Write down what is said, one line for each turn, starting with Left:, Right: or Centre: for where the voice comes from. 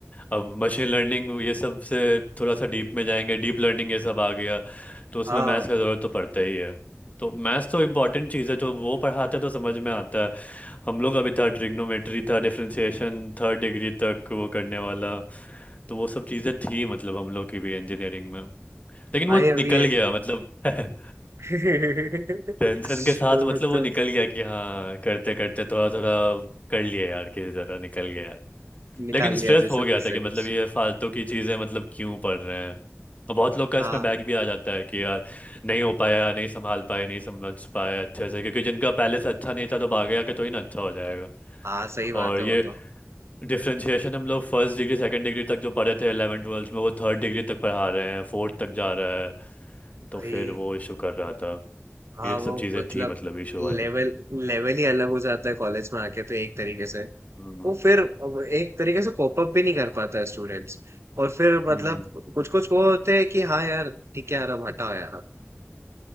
Left: अब मशीन लर्निंग ये सब से थोड़ा सा डीप में जाएंगे डीप लर्निंग ये सब आ गया तो उसमें
Right: हाँ
Left: मैथ्स का ज़रूरत तो पड़ता ही है तो मैथ्स तो इम्पॉर्टेंट चीज़ है जो वो पढ़ाते हैं तो समझ में आता है हम लोग अभी था ट्रिग्नोमेट्री था डिफरेंशिएशन थर्ड डिग्री तक वो करने वाला तो वो सब चीज़ें थी मतलब हम लोग की भी इंजीनियरिंग में लेकिन वो
Right: भाई अभी
Left: निकल
Right: है
Left: गया मतलब <laughs>
Right: <laughs>
Left: टेंशन
Right: तो
Left: के साथ मतलब
Right: वो
Left: वो
Right: तो
Left: निकल गया कि हाँ करते करते थोड़ा थोड़ा कर लिया यार किसी तरह निकल गया
Right: निकाल
Left: लेकिन स्ट्रेस
Right: लिया जैसे
Left: हो गया
Right: तैसे
Left: था कि मतलब
Right: कुछ
Left: ये फालतू की चीज़ें मतलब क्यों पढ़ रहे हैं और बहुत लोग का
Right: हाँ
Left: इसमें बैग भी आ जाता है कि यार नहीं हो पाया नहीं संभाल पाए नहीं समझ पाए अच्छे से क्योंकि जिनका पहले से अच्छा नहीं था तो आगे आके थोड़ी ना अच्छा हो जाएगा
Right: हाँ सही बात
Left: और
Right: है
Left: ये
Right: वो तो
Left: डिफ्रेंशिएशन हम लोग फर्स्ट डिग्री सेकंड डिग्री तक जो पढ़े थे 11 ट्वेल्थ में वो थर्ड डिग्री तक पढ़ा रहे हैं फोर्थ तक जा रहा है तो
Right: भाई
Left: फिर वो इशू कर रहा था
Right: हाँ
Left: ये
Right: वो
Left: सब चीज़ें
Right: मतलब
Left: थी मतलब इशू
Right: लेवल
Left: वाली
Right: लेवल ही अलग हो जाता है कॉलेज में आके तो एक तरीके से
Left: हम्म
Right: वो फिर अब एक तरीके से कोप अप भी नहीं कर पाता है स्टूडेंट्स और फिर मतलब
Left: हम्म
Right: कुछ कुछ वो होते हैं कि हाँ यार ठीक है यार अब हटाओ यार